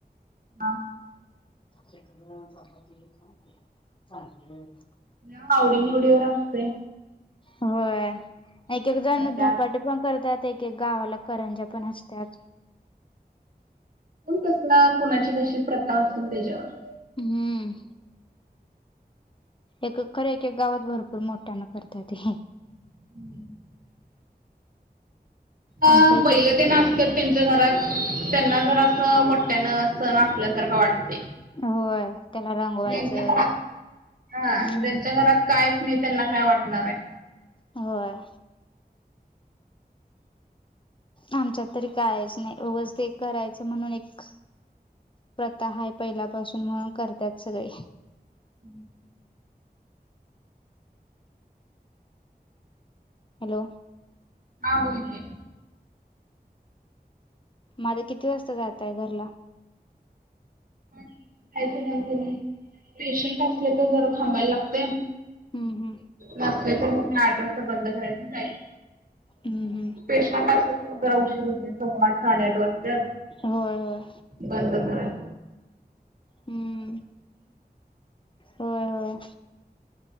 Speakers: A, on the right; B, on the left.
A: हा
B: <inaudible>
A: नाही आवडी निवडीवर असते.
B: होय एक
A: कोण
B: एक जण
A: करत्यात
B: धपाटे पण करतात एक एक गावाला करंजा पण असतात.
A: कस कुणाची कशी प्रथा असल त्याच्यावर
B: हम्म एक खर्या एकका गावात भरपूर मोठ्याना करतात हे.
A: हम्म अ
B: आमच्या इथे
A: बैलं ते नाचतात. त्यांच घरात त्यांना जर असं मोठ्यानं सण असल्यासारखं वाटते.
B: होय त्याला रंगवायचं
A: जच्या घात हा
B: हम्म.
A: ज्यांच्या घरात कायच नाही त्यांना काय वाटणार हाय
B: होय. आमच्यात तरी कायच नाही उगच ते करायचं म्हणून एक प्रथा आहे पहिल्यापासून म्हणून करतात सगळे
A: हम्म
B: हॅलो
A: हां बोल की,
B: माझं किती वाजता जाताय घरला?
A: पण यायच नंतर पेशंट असले तर जरा थांबायला लागतय.
B: हू हू.
A: नसले तर मग आठ वाजता बंद करायचं आणि जायच.
B: हू हू.
A: पेशंट असलं तर जरा उशीर होतोय, सव्वा आठ साडेआठ वाजतय.
B: होय होय.
A: बंद करायच.
B: हम्म. व्हय.